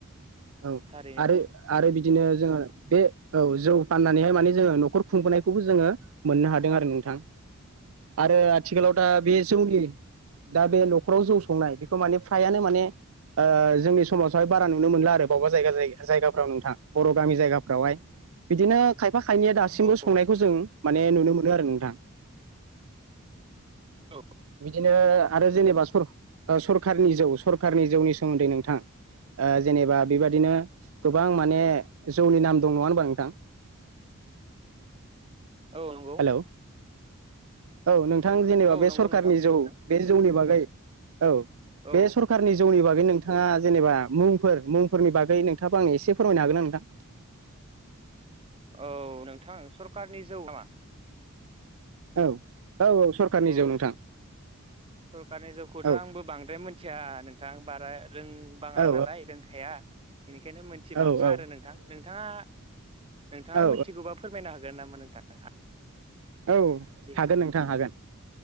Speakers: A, on the right; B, on the right.
A: औ
B: थारैनो
A: आरो आरो बिदिनो
B: उम
A: जोङो बे औ जौ फाननानैहाय माने जोङो न'खर खुंबोनायखौबो जोङो मोननो हादों आरो नोंथां
B: <inaudible>
A: आरो आथिखालाव दा बे जौनि दा बे न'खराव जौ संनाय बेखौ माने फ्रायानो माने ओ जोंनि समाजावहाय बारा नुनो मोनला आरो, बबेबा जायगा जायगाफ्राव नोंथां बर' गामि जायगाफ्रावहाय बिदिनो खाय फा खायनैया दासिमबो
B: औ
A: संनायखौ जों माने नुनो मोनो आरो नोंथां
B: औ
A: बिदिनो आरो जेनेबा सर सरखारनि जौ सरखारनि जौनि सोमोन्दै नोंथां ओ जेनेबा बेबादिनो गोबां माने जौनि नाम दं नङा होनबा नोंथां <inaudible>
B: औ नंगौ।
A: हेलौ औ नोंथां जेनेबा
B: औ
A: बे
B: नंगौ
A: सरखारनि
B: नोंथां खोनादों
A: जौ बे जौनि बागै औ
B: औ
A: बे सरखारनि जौनि बागै नोंथाङा जेनेबा मुंफोर मुंफोरनि बागै नोंथाङाबो आंनो एसे फोरमायनो हागोन ना नोंथां?
B: औ नोंथां सरकारनि जौ नामा
A: औ औ औ सरखारनि
B: औ
A: जौ नोंथां।
B: सरखारनि जौखौथ'
A: औ
B: आंबो बांद्राय मिथिया नोंथां बारा रोंबाङा
A: औ
B: नालाय लोंखाया बेनिखायनो मिथिबाङा
A: औ औ
B: आरो नोंथां, नोंथाङा नोंथाङा
A: औ
B: मिथिगौबा फोरमायनो हागोन नामा नोंथां?
A: औ
B: जिहेथु
A: हागोन नोंथां हागोन।